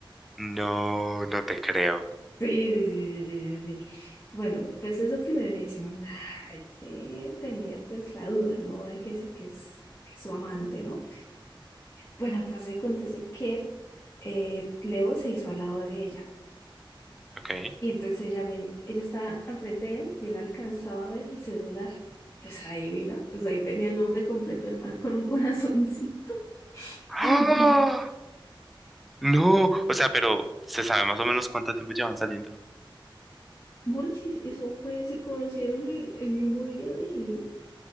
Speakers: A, in the centre; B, on the left (about 30°).
A: No, no te creo.
B: Sí, sí, sí, sí, sí, sí. sí. Bueno, pues eso primero decimos, "Nah, hay que tener pues la duda, ¿no? Hay que decir que es, que es su amante, ¿no? Bueno, pues acontece que eh, Leo se hizo al lado de ella
A: Ok.
B: y entonces ella, me- ella estaba enfrente de él y él alcanzaba a ver el celular. Pues adivina, pues ahí tenía el nombre completo del man con un <laughs> corazoncito y
A: ¡Ah!
B: bien.
A: No, o sea, pero ¿se sabe más o menos cuánto tiempo llevan saliendo?
B: Morchis, eso fue, se conocieron el, el mismo día de,